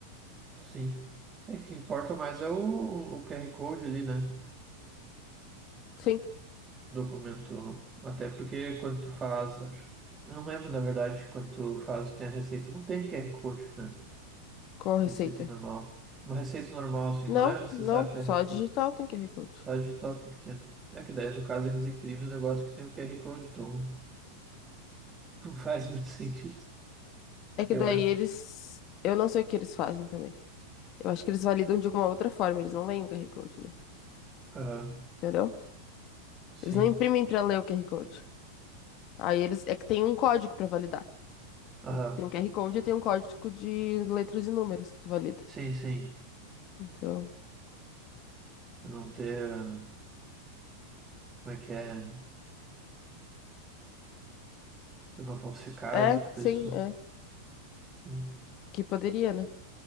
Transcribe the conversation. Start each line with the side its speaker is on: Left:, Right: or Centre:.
Right: sim. É que o que importa mais é o, o QR Code ali, né?
Left: Sim,
Right: Documento. Até porque quando tu faz, acho. Eu não lembro, na verdade, quando tu faz, tem a receita. Não tem QR Code, né?
Left: com a
Right: Receita
Left: receita.
Right: normal. Uma receita normal, assim,
Left: Não,
Right: não é necessário
Left: não,
Right: ter
Left: só
Right: QR Code.
Left: digital tem QR Code.
Right: Só digital tem que ter. É que daí, no caso, eles imprimem o negócio que tem o QR Code, então. <laughs> Faz muito sentido,
Left: É que
Right: eu
Left: daí
Right: acho.
Left: eles. Eu não sei o que eles fazem também. Eu acho que eles validam de alguma outra forma, eles não leem o QR Code, daí,
Right: Aham,
Left: entendeu?
Right: sim.
Left: Eles não imprimem para ler o QR Code. Aí eles. É que tem um código para validar.
Right: Aham,
Left: O- Tem um QR Code e tem um código de letras e números que tu valida.
Right: sim, sim.
Left: Então.
Right: Pra não ter. ah, Como é que é? Pra não falsificarem,
Left: É,
Right: tipo
Left: sim,
Right: isso.
Left: é.
Right: Hum,
Left: Que poderia, né?